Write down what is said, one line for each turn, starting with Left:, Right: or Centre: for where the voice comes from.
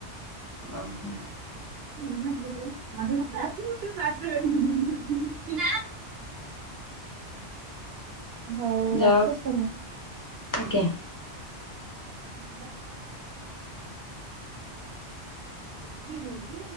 Left: ଓହୋ
Right: <unintelligible> ନା ହଉ
Left: ଯାଅ
Right: ରଖୁଛି ତାହେଲେ।
Left: ଆଜ୍ଞା
Right: ହୁଁ ହଁ ହଁ